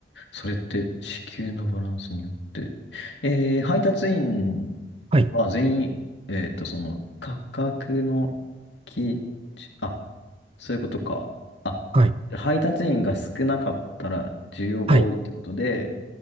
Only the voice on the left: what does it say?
それって時給のバランスによって。えー、配達員
は全員、えっと、その価格の基準、あ、そういうことか。あ、
配達員が少なかったら需要が多いってことで、